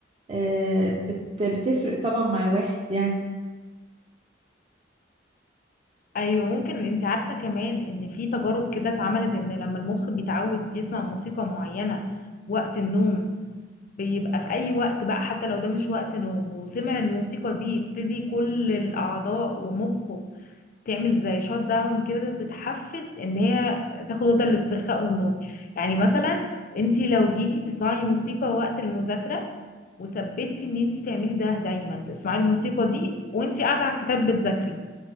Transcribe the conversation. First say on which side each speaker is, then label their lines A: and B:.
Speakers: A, on the right; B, on the left.
A: آه، بت بتفرق طبعا مع الواحد يعني
B: ايوه ممكن انتي عارفة كمان ان في تجارب كده اتعملت ان لما المخ بيتعود يسمع موسيقى معينة وقت النوم بيبقى في اي وقت بقى حتى لو ده مش وقت نوم وسمع الموسيقى دي يبتدي كل الاعضاء ومخه تعمل زي شوت داون كده وتتحفز ان هي تاخد وضع الاسترخاء والنوم يعني مثلا انتي لو جيتي تسمعي موسيقى وقت المذاكرة وثبتي ان انت تعملي ده دايما تسمعي الموسيقى دي وانت قاعده على الكتاب بتذاكري